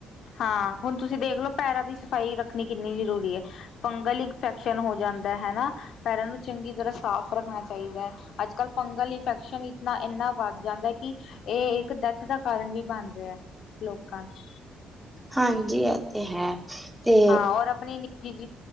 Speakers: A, on the left; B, in the centre.
A: ਹਾਂ ਹੁਣ ਤੁਸੀਂ ਦੇਖ ਲੋ ਪੈਰਾਂ ਦੀ ਸਫ਼ਾਈ ਰੱਖਣੀ ਕਿੰਨੀ ਜ਼ਰੂਰੀ ਐ। ਫੰਗਲ ਇਨਫੈਕਸ਼ਨ ਹੋ ਜਾਂਦਾ ਹੈਨਾ ਪੈਰਾਂ ਨੂੰ ਚੰਗੀ ਤਰਾਂ ਸਾਫ਼ ਰੱਖਣਾ ਚਾਈਦਾ ਐ। ਅੱਜ-ਕੱਲ ਫੰਗਲ ਇਨਫੈਕਸ਼ਨ ਇਤਨਾ ਏਨਾ ਵੱਧ ਜਾਂਦਾ ਕਿ ਏ ਇੱਕ ਡੈਥ ਦਾ ਕਾਰਨ ਵੀ ਬਣ ਰੇ ਐ ਲੋਕਾਂ ਵਿਚ।
B: ਹਾਂਜੀ ਐ 'ਤੇ ਹੈ। ਤੇ
A: ਹਾਂ ਔਰ ਆਪਣੀ ਨਿੱਜੀ ਜੀ